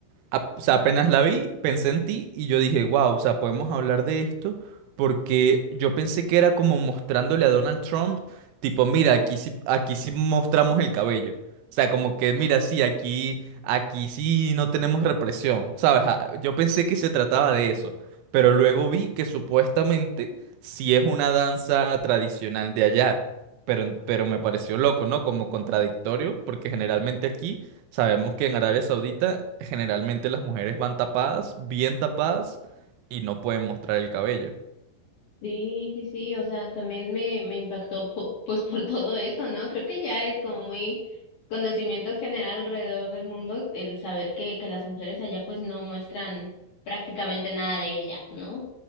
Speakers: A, on the right; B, on the left.
A: ap- o sea, apenas la vi, pensé en ti y yo dije, wow, o sea, podemos hablar de esto porque yo pensé que era como mostrándole a Donald Trump, tipo, mira, aquí sí, aquí sí mostramos el cabello. O sea, como que, mira, sí, aquí, aquí sí no tenemos represión, ¿sabes? Ah, Yo pensé que se trataba de eso, pero luego vi que supuestamente sí es una danza tradicional de allá. Pero, pero me pareció loco, ¿no? Como contradictorio, porque generalmente aquí Sabemos que en Arabia Saudita generalmente las mujeres van tapadas, bien tapadas, y no pueden mostrar el cabello.
B: Sí, sí, sí, o sea, también me, me impactó po- pues por todo eso, ¿no? Creo que ya es como muy conocimiento general alrededor del mundo el saber que, que las mujeres allá pues no muestran prácticamente nada de ellas, ¿no?